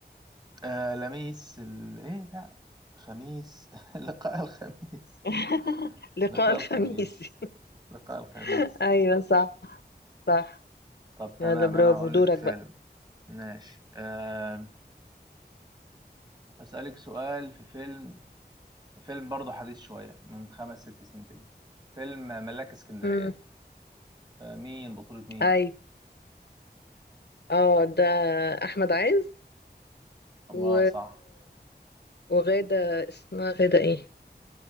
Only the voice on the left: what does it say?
<laughs> لقاء
الخميس
<laughs> أيوة صح صح
يلا برافو
دورك
بقى
مم.
أيوة اه ده أحمد عز
و...
وغادة اسمها غادة ايه؟